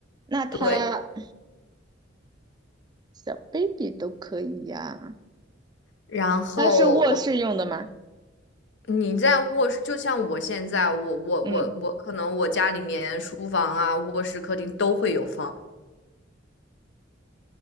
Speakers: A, on the right; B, on the left.
A: 那它
B: 对，
A: 小 baby 都可以呀、
B: 然后我
A: 那是卧室用的吗？
B: 你在卧室，就像我现在，我我我我可能我家里面书房啊、
A: 嗯
B: 卧室、客厅都会有放，